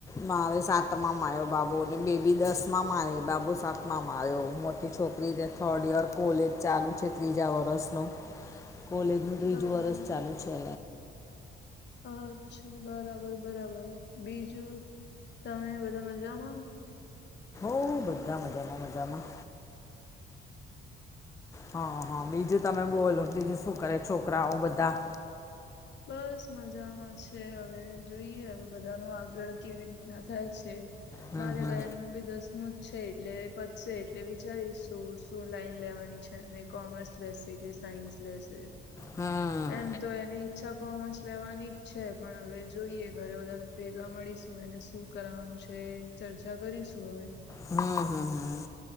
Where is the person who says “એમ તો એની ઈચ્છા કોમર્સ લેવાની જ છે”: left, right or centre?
Left